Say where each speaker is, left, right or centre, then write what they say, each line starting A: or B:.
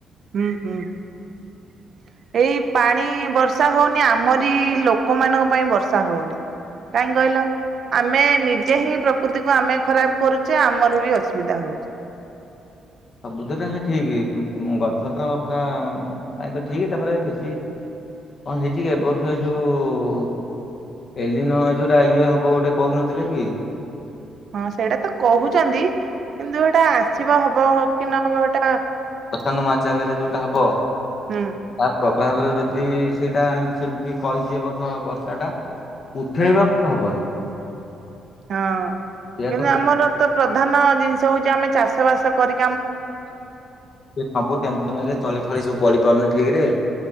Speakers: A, on the right; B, on the left.
A: ହୁଁ ହୁଁ ଏଇ ପାଣି ବର୍ଷା ହଉନି ଆମରି ଲୋକମାନଙ୍କ ପାଇଁ ବର୍ଷା ହଉନି କାହିଁ କହିଲ ଆମେ ନିଜେ ହିଁ ପ୍ରକୃତିକୁ ଆମେ ଖରାପ କରୁଛେ ଆମର ବି ଅସୁବିଧା ହଉଛେ।
B: ସବୁଦଟା ସେ ଠିକ ଗଛ ତ ପୁରା ପାଇଁ ତ ଠିକ ତାପରେ ବେଶୀ କଣ ହେଇଛି କି ଏବ ବର୍ଷ ଯୋଉ ଏଲିିନ ଯୋଉଟା ଇଏ ହବ ଗୋଟେ କହୁନଥିଲେ କି।
A: ହଁ ସେଇଟା ତ କହୁଛି। କହିଛନ୍ତି କିନ୍ତୁ ଏଟା ଆସିବ ହବ କି ନହବ ହେଟା
B: ପ୍ରସାନ୍ତ ମାଛ ଆଗରେ ଯୋଉଟା ହବ
A: ହୁଁ
B: ତା ଭାବରେ ଯଦି ସେଇଟା ସେମିତି କହିଛି ଏ ବର୍ଷ ବର୍ଷାଟା। ଉଠେଇବାକୁ
A: ହୁଁ
B: ତ, ହବନି।
A: ହଁ।
B: ସେ
A: କିନ୍ତୁ
B: ତ
A: ଆମର ତ- ପ୍ରଧାନ ଜିନିଷ ହଉଛି, ଆମେ ଚାଷ, ବାସ କରି
B: ସବୁ ଟେନସନରେ ତଳି, ଫଳି ସବୁ ପଡି ପାରୁନି- ଠିକ ରେ,